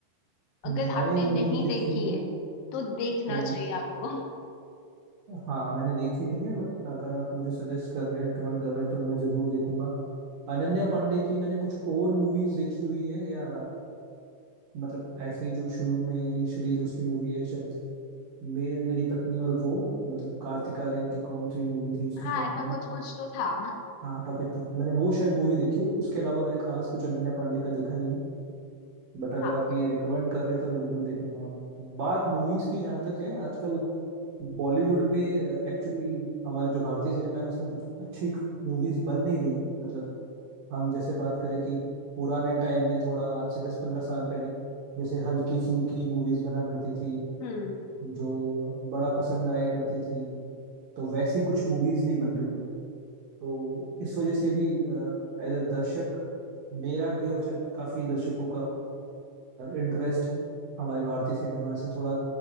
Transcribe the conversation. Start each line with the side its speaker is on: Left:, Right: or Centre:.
Left: अगर
Right: मैंने
Left: आपने
Right: वो मूवी
Left: नहीं
Right: देखी
Left: देखी
Right: नहीं
Left: है
Right: है
Left: तो देखना
Right: नहीं
Left: चाहिए आपको
Right: हाँ मैंने देखी नहीं है बट अगर आप मुझे सजेस्ट कर रहे हैं रिकमेंड कर रहे हैं तो मैं जरूर देखूंगा अनन्या पांडे की मैंने कुछ और मूवीज देखी हुई है या मतलब ऐसे ही जो शुरू में इनिशियली जो उसकी मूवी आई शायद मैं मेरी पत्नी और वो मतलब कार्तिक आर्यन की कौन सी मूवी थी उसके
Left: हाँ
Right: साथ
Left: ऐसा
Right: में
Left: कुछ कुछ तो था
Right: हाँ टॉपिक था मैंने वो शायद मूवी देखी है। उसके अलावा मैंने खास कुछ अनन्या पांडे का देखा नहीं है बट अगर
Left: हाँ
Right: आप ये रिकमेंड कर रहे हैं तो मैं जरूर देखूंगा बात मूवीज की जहाँ तक है आजकल बॉलीवुड में एक्चुअली हमारे जो भारतीय सिनेमा है उसमें कुछ अच्छी मूवीज बन नहीं रही है मतलब हम जैसे बात करें कि पुराने टाइम में थोड़ा आज से दस पंद्रह साल पहले जैसे हल्की फुल्की मूवीज बना करती थी
Left: हम्म
Right: जो बड़ा पसंद आया करती थी तो वैसी कुछ मूवीज नहीं बन रही है तो इस वजह से भी एज अ दर्शक मेरा भी और शायद काफी दर्शकों का इंटरेस्ट हमारे भारतीय सिनेमा से थोड़ा